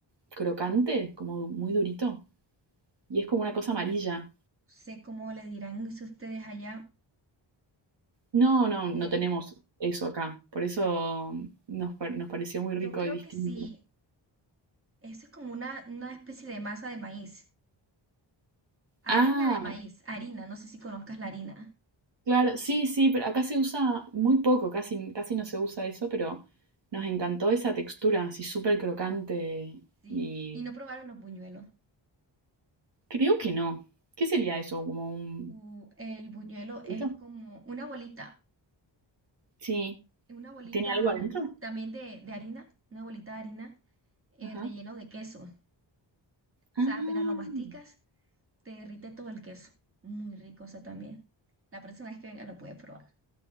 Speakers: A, on the right; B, on the right.
A: crocante, como muy durito. Y es como una cosa amarilla.
B: Sé cómo le dirán eso ustedes allá.
A: No,
B: Eh,
A: no, no tenemos eso acá. Por eso nos, par- nos pareció muy rico
B: yo creo
A: y distinto.
B: que sí. Eso es como una, una especie de masa de maíz.
A: Ah,
B: Harina de maíz, harina, no sé si conozcas la harina.
A: claro, sí, sí, pero acá se usa muy poco, casi, casi no se usa eso, pero nos encantó esa textura, así súper crocante
B: Sí,
A: y
B: y no probaron los buñuelos.
A: creo que no. ¿Qué sería eso? ¿Como un...
B: U- el buñuelo
A: frito?
B: es como una bolita,
A: Sí,
B: una bolita
A: ¿tiene algo adentro?
B: también de, de harina, una bolita de harina eh,
A: Ajá.
B: relleno de queso. O
A: Ah.
B: sea, apenas lo masticas, te derrite todo el queso. Muy rico eso también. La próxima vez que venga lo puedes probar.